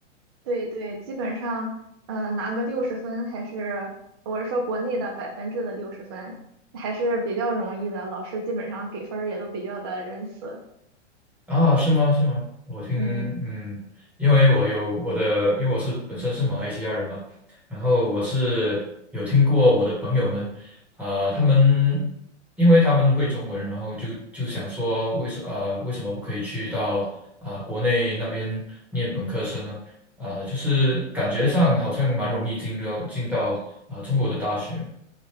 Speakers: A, on the right; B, in the centre.
A: 对对，基本上，呃，拿个六十分还是，我是说国内的百分制的六十分，还是比较容易的。老师基本上给分儿也都比较的仁慈。
B: 啊，是吗？是吗？我听，
A: 嗯
B: 嗯，因为我有我的，因为我是本身是马来西亚人嘛，然后我是有听过我的朋友们，啊、他们因为他们会中文，然后就就想说为什啊、为什么不可以去到啊、国内那边念本科生呢？啊、就是感觉上好像蛮容易进到进到啊、中国的大学，